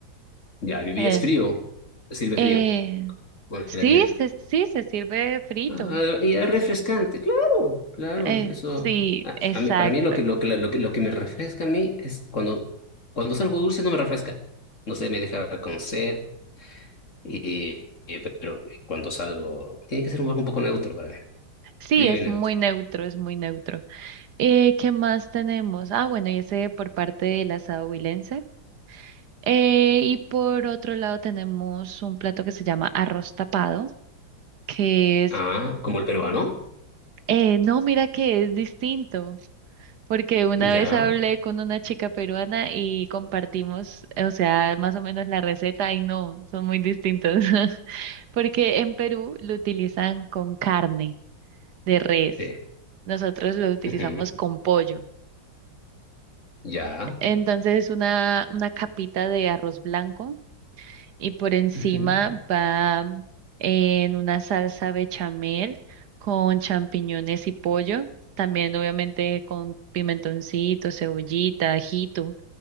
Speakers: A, on the left (about 40°); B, on the right (about 60°).
A: Ya, y
B: Eh,
A: es frío. te Sirve
B: eh,
A: frío. Bueno,
B: sí,
A: gelatina.
B: se, sí, se sirve frito.
A: Ah, y es refrescante. Claro, claro,
B: Eh,
A: eso.
B: sí,
A: Ah,
B: exacto.
A: a mí, para mí lo que, lo que, lo que, lo que me refresca a mí es cuando, cuando es algo dulce no me refresca. No sé, me deja con sed. Y, y- pero cuando salgo, tiene que ser un algo un poco neutro para mí.
B: Sí,
A: Frío
B: es
A: y neutro.
B: muy neutro, es muy neutro. Eh, ¿qué más tenemos? Ah, bueno, y ese por parte del asado huilense. Eh, y por otro lado tenemos un plato que se llama arroz tapado, que es,
A: Ah, como el peruano.
B: eh, no, mira que es distinto, porque una
A: Ya,
B: vez hablé con una chica peruana y compartimos, o sea, más o menos la receta y no, son muy distintos, <laughs> porque en Perú lo utilizan con carne de res.
A: T.
B: Nosotros lo utilizamos
A: ujú,
B: con pollo.
A: Ya,
B: Entonces es una, una capita de arroz blanco y por encima
A: ujú,
B: va mm, en una salsa bechamel con champiñones y pollo, también obviamente con pimentoncito, cebollita, ajito,